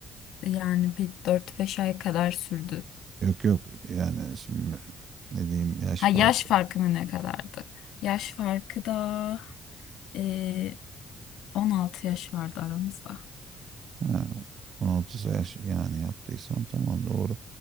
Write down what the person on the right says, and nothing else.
Yok yok yani şimdi ne diyeyim yaş
farkı.
Ha, 16 yaş yani yaptıysam tamam doğru.